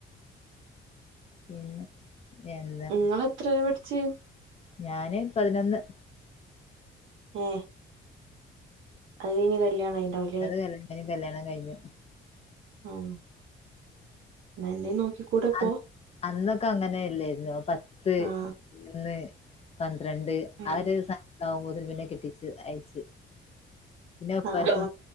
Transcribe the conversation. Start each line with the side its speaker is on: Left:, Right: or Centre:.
Left: പിന്നെ എന്താ
Right: ങ്ങള് എത്ര വരെ പഠിച്ച്
Left: ഞാന് പതിനൊന്ന്
Right: ഏ അതഴിഞ്ഞ് കല്യാണം ആയിണ്ടാവു
Left: അത് കഴിഞ്ഞപ്പത്തെക്കും കല്യാണം കഴിഞ്ഞു
Right: ആഹ് എന്നല്ല നോക്കിക്കൂടെപ്പോ
Left: അ- അന്നൊക്കെ അങ്ങനെല്ലായിരുന്നു പത്ത്ന്ന്
Right: ആ
Left: പന്ത്രണ്ട്
Right: ഉം
Left: ആ ഒരു സധന ആകുമ്പോതിന് പിന്നെ കെട്ടിച്ച് അയച്ച് പിന്നെ ഉപ്പർക്കു
Right: ആ ആ